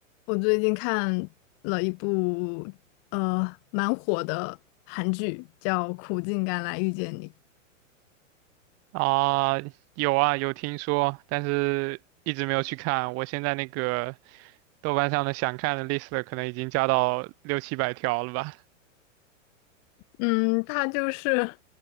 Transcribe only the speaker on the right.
啊，有啊，有听说，但是一直没有去看。我现在那个豆瓣上的想看的 list 可能已经加到六七百条了吧？